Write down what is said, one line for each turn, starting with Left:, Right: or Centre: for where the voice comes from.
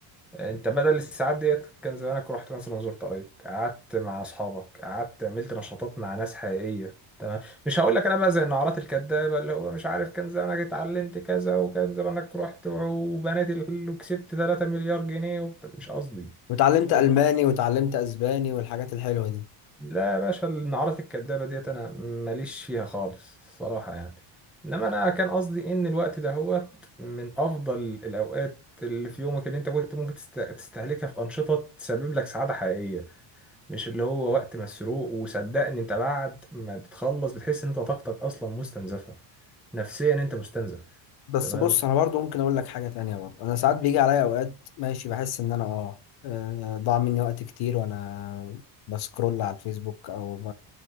Centre: انت بدل الساعات ديت كان زمانك رحت مثلا زرت قرايب قعدت مع اصحابك قعدت عملت نشاطات مع ناس حقيقيه تمام مش هقول لك انا بقى زي النعرات الكدابه اللي هو مش عارف كان زمانك اتعلمت كذا وكان زمانك رحت وبنيت ال- وكسبت 3 مليار جنيه وبت- مش قصدي
Left: وتعلمت
Centre: مش قصدي
Left: الماني وتعلمت اسباني والحاجات الحلوه دي
Centre: لا يا باشا النعرات الكدابة ديت أنا ماليش فيها خالص الصراحة يعني إنما أنا كان قصدي إن الوقت ده هوت من أفضل الأوقات اللي في يومك اللي أنت كنت ممكن تست- تستهلكها في أنشطة تسبب لك سعادة حقيقية مش اللي هو وقت مسروق وصدقني أنت بعد ما بتخلص بتحس إن أنت طاقتك أصلا مستنزفة نفسيا أنت مستنزف
Left: بس
Centre: تمام
Left: بص انا برضو ممكن اقول لك حاجه تانية برضو انا ساعات بيجي عليا اوقات ماشي بحس ان انا اه آه، ضاع مني وقت كتير وانا بسكرول على الفيسبوك او ب...